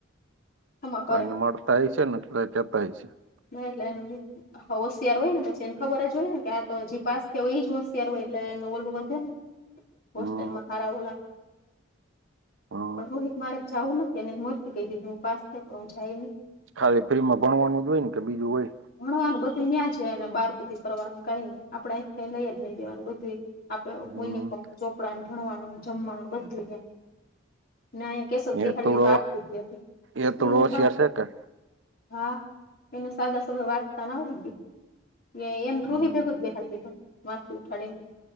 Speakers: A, on the left (about 50°); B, on the right (about 70°).
A: હમાં
B: તો
A: કરે
B: એને મળતા હ છે ને કેતા હ છે.
A: <unintelligible> હા હોશિયાર હોય ને પછી એને ખબર જ હોય ને કે આ તો હજી પાસ થયો હોય એ જ હોશિયાર હોય એટલે એનું ઓલવ વધે ને હોસ્ટલમાં
B: હમ
A: ખારઓલા
B: હમ
A: પણ રોહિત મારે ચાવું નથી એને મોરથી કઈ દીધી હું પાસ થઈ પણ હું જાય
B: ખાલી ફ્રીમાં ભણવાનું જ હોય ને કે બીજું હોય?
A: ભણવાનું બધું ન્યાં છે અને બહાર હુધી કરવાનું કઈ નઈ આપણે કઈ લઈ જ નહી દેવાનું બધું આપે
B: હમ
A: યુનિફોર્મ, ચોપડાને, ભણવાનું, જમવાનું બધું ન્યા ના અહીંયા કેસક બિહાડવી
B: એ થોડો
A: તો <inaudible>
B: એ થોડો હોશિયાર છે કે
A: હા એને સાદા સમય વાંચતાને આવડી ગે <unintelligible>
B: હમ
A: બે હાર દીટ માથે ઉઠાડીને.